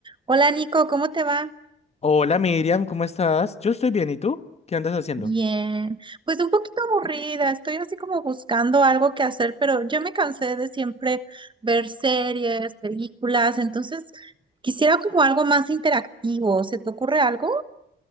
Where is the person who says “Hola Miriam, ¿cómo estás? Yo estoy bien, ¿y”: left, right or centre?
Left